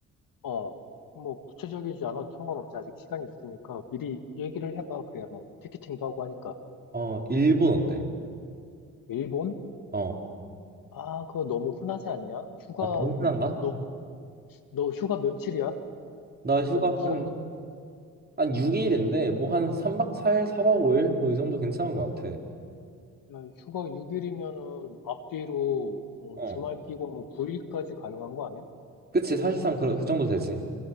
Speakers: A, on the left; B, on the right.
A: 어. 뭐 구체적이지 않아도 상관없지. 아직 시간이 있으니까 미리 얘기를 해봐. 그래야 뭐 티켓팅도 하고 하니까.
B: 어, 일본 어때?
A: 일본?
B: 어,
A: 아, 그거 너무 흔하지 않냐? 휴가,
B: 아, 동남아인가?
A: 그- 너, 너 휴가 며칠이야?
B: 나
A: 일단
B: 휴가
A: 기간부터
B: 한,
A: 보자.
B: 한 6일인데, 뭐 한 3박 4일, 4박 5일? 뭐 이 정도 괜찮은 것 같아.
A: 야, 휴가 6일이면은 앞뒤로 어,
B: 어,
A: 주말 끼고 뭐 9일까지 가능한 거 아니야?
B: 그치, 사실상 그, 그 정도 되지.